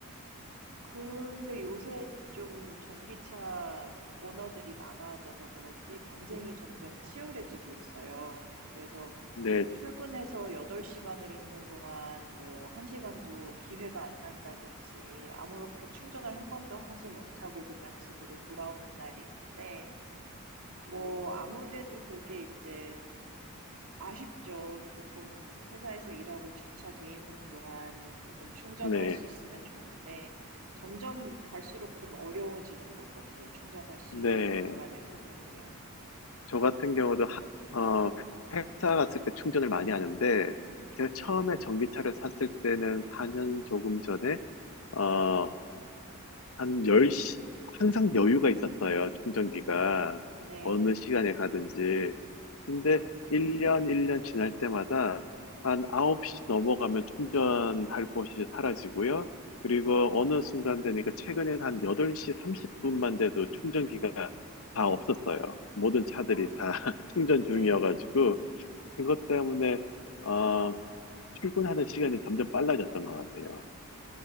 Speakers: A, on the right; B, on the left.
A: 근데 요새 좀 전기차 오너들이 많아져서 그런지 경쟁이 점점 치열해지고 있어요. 그래서
B: 네,
A: 출근해서 8시간을 있는 동안 뭐 1시간도 기회가 안 난다든지 아무렇게 충전을 한 번도 하지 못하고 그냥 집으로 돌아오는 날이 있는데 뭐 아무래도 그게 이제 아쉽죠. 조금 회사에서 일하고 주차돼 있는 동안 조금 충전을
B: 네,
A: 할 수 있으면 좋은데 점점 갈수록 좀 어려워지는 것 같아요, 충전할 수
B: 네.
A: 있는 공간을 찾는 게요.
B: 저 같은 경우도, 하- 어, 회사 갔을 때 충전을 많이 하는데, 제가
A: 네.
B: 처음에 전기차를 샀을 때는 4년 조금 전에, 어, 한 열시 항상 여유가 있었어요, 충전기가.
A: 네.
B: 어느 시간에 가든지. 근데 1년, 1년 지날 때마다 한 9시 넘어가면 충전할 곳이 사라지고요. 그리고 어느 순간 되니까 최근엔 한 8시 30분만 돼도 충전기가 다 없었어요. 모든 차들이
A: 아.
B: 다 <laughs> 충전
A: 네.
B: 중이어가지고, 그것 때문에, 어, 출근하는 시간이 점점 빨라졌던 것 같아요.